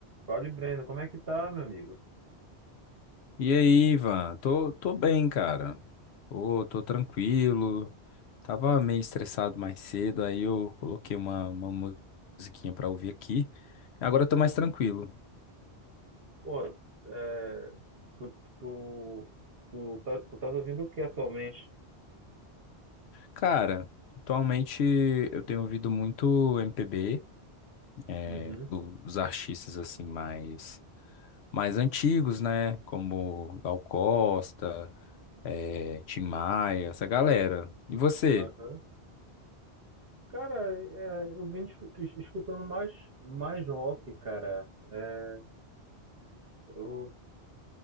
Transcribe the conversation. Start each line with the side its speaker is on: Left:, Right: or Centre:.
Right: Fala, Breno, como é que tá, meu amigo?
Left: E aí, Ivan? Tô, tô bem, cara. Tô, tô tranquilo. Tava meio estressado mais cedo, aí eu coloquei uma, uma mu- musiquinha pra ouvir aqui. Agora eu tô mais tranquilo.
Right: Pô, é, tu, tu, tu, tá, tu tá ouvindo o que atualmente?
Left: Cara, atualmente eu tenho ouvido muito MPB, é,
Right: Uhum,
Left: do- dos artistas assim mais, mais antigos, né? Como Gal Costa, é, Tim Maia, essa galera. E você?
Right: aham. Cara, é, eu vim es- es- escutando mais, mais rock, cara. É, Eu